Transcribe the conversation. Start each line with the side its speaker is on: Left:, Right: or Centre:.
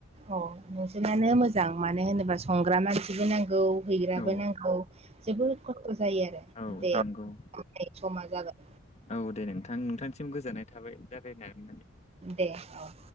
Right: अ नोंसोरनानो मोजां मानो होनोब्ला संग्रा मानसिबो नांगौ हैग्राबो
Left: औ
Right: नांगौ जोबोद खस्थ' जायो आरो
Left: औ
Right: दे
Left: नंगौ
Right: समा जाबाय
Left: औ दे नोंथां नोंथांनिसिम गोजोननाय थाबाय रायलायनानै मोननानै
Right: दे औ